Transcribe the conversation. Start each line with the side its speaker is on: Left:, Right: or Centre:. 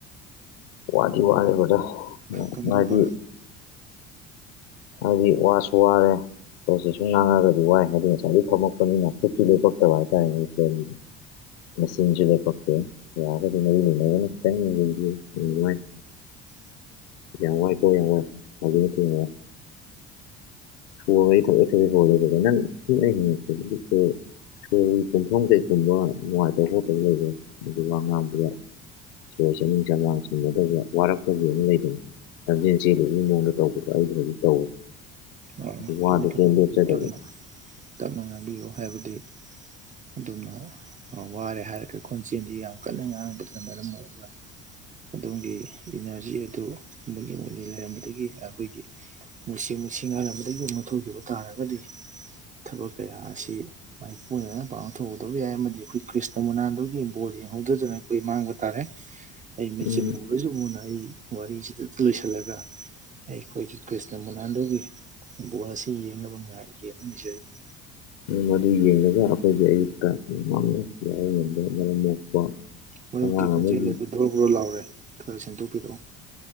Left: ꯋꯥꯗꯤ ꯋꯥꯔꯦ ꯕ꯭ꯔꯗꯔ
Right: ꯀꯟꯗꯕ
Left: ꯍꯥꯏꯗꯤ ꯍꯥꯏꯗꯤ ꯋꯥꯁꯨ ꯋꯥꯔꯦ ꯄꯣꯁꯦ ꯁꯨꯝ ꯉꯥꯡꯗꯤꯕꯤ ꯋꯥꯏ ꯍꯥꯏꯗꯤ ꯉꯁꯥꯏꯗꯒꯤ ꯐꯝꯃꯛꯄꯅꯤꯅ ꯈꯨꯠꯀꯤ ꯂꯦꯞꯄꯛꯇꯕ ꯍꯥꯏꯇꯥꯔꯦꯅꯦ ꯐꯒꯤꯗꯤ ꯃꯖꯤꯟꯁꯨ ꯂꯦꯄꯇꯦ ꯌꯥꯔꯒꯗꯤ ꯃꯔꯤ ꯂꯩꯅꯕꯅ ꯈꯤꯗꯪ ꯌꯦꯡꯕꯤꯔꯗꯤ ꯅꯨꯡꯥꯢ
Right: <unintelligible>
Left: ꯌꯥꯝ ꯋꯥꯏ ꯀ ꯌꯥꯝꯡ ꯋꯥꯏ ꯑꯗꯨꯅꯨꯡꯉꯏ ꯁꯣꯔꯒꯁꯤ ꯊꯕꯦꯠ ꯊꯕꯦꯠ ꯍꯣꯜꯂ <unintelligible> ꯅꯪ ꯁꯉ ꯍ ꯁꯨ ꯀꯨꯝꯊꯣꯡ ꯀꯩꯀꯨꯝꯕ ꯅꯨꯡꯉꯥꯏꯇꯕ ꯈꯣꯠꯇꯕ ꯂꯩꯕꯦ ꯑꯗꯨꯒ ꯑꯉꯥꯡꯗꯨꯗ ꯆꯣꯔ ꯆꯥꯅꯤꯡ ꯆꯃꯥꯡ ꯁꯝꯗꯧꯕ ꯋꯥꯔꯛꯇꯒꯤ ꯑꯃ ꯂꯩꯕꯅꯤ ꯂꯝꯟꯖꯦꯜ ꯆꯦꯜꯂꯨꯢ ꯅꯣꯡꯒ ꯇꯧꯕꯗꯣ ꯑꯩꯖꯨ ꯍꯧꯖꯤꯛ ꯇꯧꯋꯦ
Right: ꯑꯥ
Left: ꯑꯗꯨ ꯋꯥꯗ
Right: ꯐꯅꯤ ꯐꯅꯤ
Left: ꯀꯩꯅꯣ
Right: ꯑꯗꯨ
Left: ꯆꯠ
Right: ꯇꯞꯅ ꯇꯞꯅ ꯉꯥꯏꯕꯤꯌꯨ ꯍꯥꯏꯕꯗꯤ ꯑꯗꯨꯅ ꯋꯥꯔꯦ ꯍꯥꯏꯔꯒ ꯈꯣꯟꯆꯦꯜꯗꯤ ꯌꯥꯝ ꯀꯟꯅ ꯉꯥꯡꯕꯗꯨꯅ ꯃꯔꯝ ꯑꯣꯏꯕ꯭ꯔꯥ ꯑꯗꯣꯝꯒꯤ ꯏꯅꯔꯖꯤ ꯑꯗꯨ ꯃꯨꯂꯤ ꯃꯨꯂꯤ ꯂꯩꯔꯝꯕꯗꯒꯤ ꯑꯩꯈꯣꯏꯒꯤ ꯅꯨꯡꯁꯤ ꯅꯨꯡ ꯉꯥꯏꯜꯂꯝꯕꯗꯒꯤ ꯃꯟꯊꯣꯛꯈꯤꯕ ꯇꯥꯔꯒꯗꯤ ꯊꯕꯛ ꯀꯌꯥ ꯑꯁꯤ ꯃꯥꯏ ꯄꯨꯅꯅ ꯄꯥꯛꯊꯣꯛꯎꯗꯕ ꯌꯥꯏ ꯑꯃꯗꯤ ꯑꯩꯈꯣꯏ ꯀ꯭ꯔꯤꯁꯅ ꯃꯨꯅꯥꯟꯗꯨꯒꯤ ꯕꯣꯜ ꯌꯦꯡꯍꯧꯗꯗꯅ ꯑꯩꯈꯣꯏ ꯃꯥꯡꯕ ꯇꯥꯔꯦ ꯑꯩꯃꯦꯁꯤ
Left: ꯎꯝ
Right: ꯍꯧꯖꯤꯛ ꯃꯨꯅ ꯑꯩ ꯋꯥꯔꯤꯁꯤꯗ ꯂꯣꯏꯁꯤꯜꯂꯒ ꯑꯩ ꯑꯩꯈꯣꯏꯒꯤ ꯀ꯭ꯔꯤꯁꯅ ꯃꯨꯅꯥꯟꯗꯨꯒꯤ ꯐꯣꯟ ꯑꯁꯤ ꯌꯦꯡꯅꯕ ꯉꯥꯏꯒꯦꯅ ꯂꯩꯖꯔꯤꯅꯤ
Left: ꯃꯗꯨ ꯌꯦꯡꯂꯉꯒ ꯑꯩꯈꯣꯏꯒꯤ ꯑꯌꯨꯛꯇ ꯃꯥꯡꯖꯈꯤꯕ ꯑꯔꯕꯗ ꯃꯔꯝ ꯃꯣꯛꯄ
Right: ꯃꯔꯨꯞꯀꯤ
Left: ꯑꯉꯥꯡ
Right: ꯈꯣꯟꯖꯦꯜ
Left: ꯑꯃꯒꯤ
Right: ꯑꯗꯨ ꯕꯣꯔꯣ ꯕꯣꯔꯣ ꯂꯥꯎꯔꯦ ꯈꯔ ꯁꯦꯝꯦꯡꯗꯣꯛꯄꯤꯔꯛꯑꯣ